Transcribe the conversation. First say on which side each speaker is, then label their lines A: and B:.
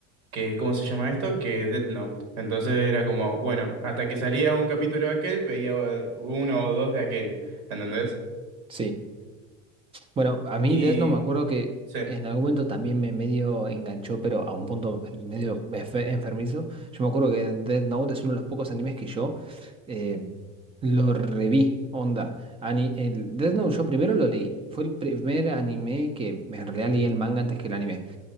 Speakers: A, on the right (about 75°); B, on the right (about 15°).
A: que, ¿cómo se llama esto? Que Death Note. Entonces era como, bueno, hasta que salía un capítulo de aquel, veía eh, uno o dos de aquel, ¿entendés?
B: sí. Bueno, a mí
A: Y...
B: Death no me acuerdo que
A: Sí.
B: en algún momento también me medio enganchó, pero a un punto medio efe- enfermizo. Yo me acuerdo que Death Note es uno de los pocos animes que yo eh, lo reví, onda. Ani- el Death Note yo primero lo leí. Fue el primer anime que en realidad leí el manga antes que el anime